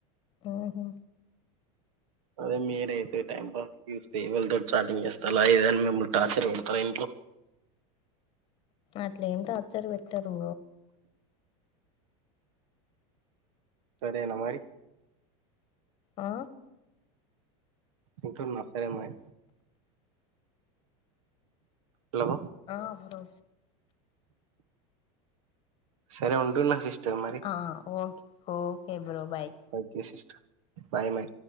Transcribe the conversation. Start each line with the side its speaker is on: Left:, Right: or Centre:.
Left: ఊహు
Right: అదే మీరైతే టైం పాస్కి ఎవళ్తోని చాటింగ్ చేస్తాళా ఏదని మిమ్మల్ని టార్చర్ పెడతార ఇంట్లో,
Left: అట్లేం టార్చర్ పెట్టరు,
Right: కట్ చేయనా మరి
Left: ఆ
Right: ఉంటున్న సరే మరి, హలో
Left: ఆ బ్రో
Right: సరే ఉంటున్న సిస్టర్ మరి,
Left: ఆ okay okay bro bye,
Right: okay sister, bye my